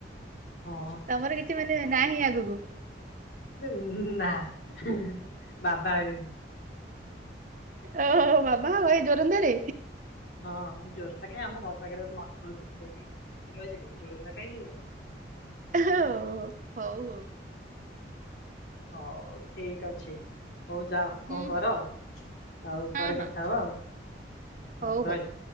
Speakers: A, on the left; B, on the right.
A: ହଁ
B: ତମର କିଛି ମାନେ ନାହିଁ ଆଗକୁ।
A: ହେ ନାଁ ବାବା ହେବି ମୁଁ।
B: ଓ ହୋ ବାବା ହବ ଏଇ ଯୋରନ୍ଦାରେ।
A: ହଁ ଯୋରନ୍ଦା କାଇଁ, ଆମ ଘର ପାଖରେ ଗୋଟେ ମଠ ଅଛି ସେଇଠି। <unintelligible> ଯିବି ଯୋରନ୍ଦା କାଇଁ ଯିବି ଆଉ।
B: ଉଁ ହୋ ହଉ ହଉ।
A: ହଉ ଠିକ୍ ଅଛି। ହଉ ଯାଅ
B: ହୁଁ
A: କଣ କର,
B: ହୁଁ
A: ଆଉ
B: ହଁ
A: ପରେ କଥା
B: ହଁ
A: ହବା
B: ହଉ
A: ଆଉ ରହିଲି।
B: ହଉ।